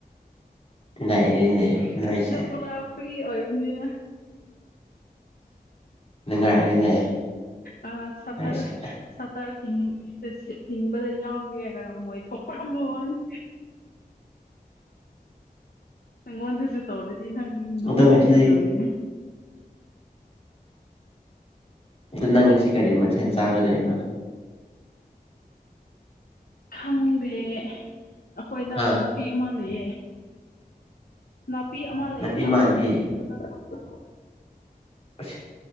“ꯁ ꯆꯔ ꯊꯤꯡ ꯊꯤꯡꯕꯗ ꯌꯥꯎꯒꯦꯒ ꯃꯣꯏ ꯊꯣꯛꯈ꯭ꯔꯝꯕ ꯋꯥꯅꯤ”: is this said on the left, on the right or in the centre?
Left